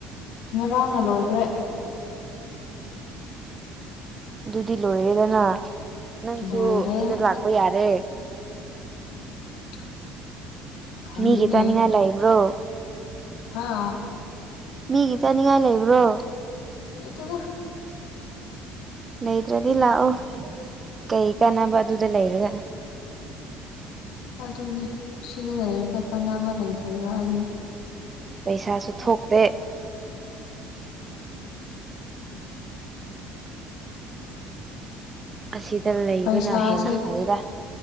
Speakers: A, on the left; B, on the right.
A: ꯉꯔꯥꯎꯅ ꯂꯣꯏꯈ꯭ꯔꯦ
B: ꯑꯗꯨꯗꯤ ꯂꯣꯏꯔꯦꯗꯅ ꯅꯪꯁꯨ
A: ꯂꯣꯏꯔꯦ
B: ꯁꯤꯗ ꯂꯥꯛꯄ ꯌꯥꯔꯦ
A: <unintelligible> ꯈꯪꯗꯦꯅꯦ
B: ꯃꯤꯒꯤ ꯆꯥꯅꯤꯡꯉꯥꯏ ꯂꯩꯥꯛꯏꯕ꯭ꯔꯣ
A: ꯍꯥꯥ
B: ꯃꯤꯒꯤ ꯆꯥꯅꯤꯡꯉꯥꯏ ꯂꯩꯕ꯭ꯔꯣ
A: ꯂꯩꯇꯗ
B: ꯂꯩꯇ꯭ꯔꯗꯤ ꯂꯥꯛꯑꯣ ꯀꯩ ꯀꯥꯟꯅꯕ ꯑꯗꯨꯗ ꯂꯩꯔꯦꯒ
A: ꯑꯗꯨꯅꯦ ꯁꯤꯗ ꯂꯩꯔꯒ ꯀꯥꯟꯅꯕ ꯂꯩꯇ꯭ꯔꯦꯕ ꯑꯩꯒꯤ
B: ꯄꯩꯁꯥꯁꯨ ꯊꯣꯛꯇꯦ ꯑꯁꯤꯗ ꯂꯩꯕꯅ
A: ꯄꯩꯁꯥꯁꯦ
B: ꯍꯦꯟꯅ ꯐꯩꯗ